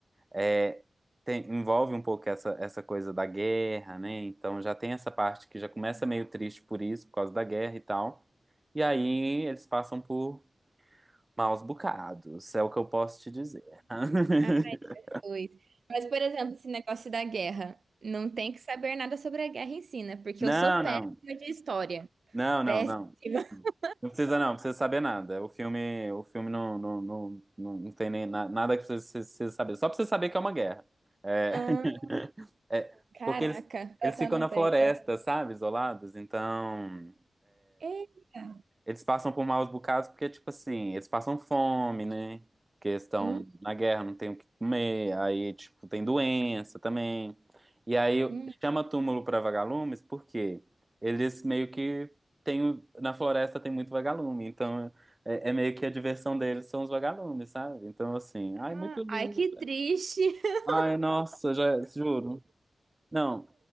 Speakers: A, on the right; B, on the right.
A: é, tem- envolve um pouco essa, essa coisa da guerra, né? Então já tem essa parte que já começa meio triste por isso, por causa da guerra e tal. E aí eles passam por maus bocados, é o que eu posso te dizer. <laughs>
B: Ah, pois. Mas, por exemplo, esse negócio da guerra. Não tem que saber nada sobre a guerra em si, né? Porque
A: Não,
B: eu sou péssima
A: não.
B: de história.
A: Não, não,
B: Péssima.
A: não.
B: <laughs>
A: Não precisa não, não precisa saber nada. O filme, o filme não, não, não, não, não tem nem na- nada que você precisa precisa saber. Só pra você saber que é uma guerra. É,
B: Ah,
A: <laughs> é,
B: caraca.
A: porque eles,
B: Eu
A: eles
B: até
A: ficam
B: anotei.
A: na floresta, sabe? Isolados, então.
B: Eita.
A: Eles passam por maus bocados porque, tipo assim, eles passam fome, né? Porque eles estão
B: Hum,
A: na guerra, não tem o que comer. Aí, tipo, tem doença também. E aí
B: hum.
A: chama túmulo para vagalumes porque eles meio que tem, o- na floresta tem muito vagalume. Então é, é meio que a diversão deles são os vagalumes, sabe? Então, assim,
B: Ah,
A: ai, muito lindo.
B: ai, que triste. <laughs>
A: Ai, nossa, já juro. Não,